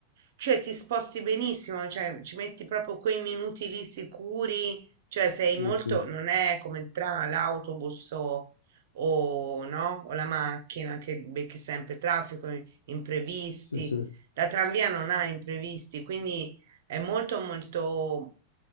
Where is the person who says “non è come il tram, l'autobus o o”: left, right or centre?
Right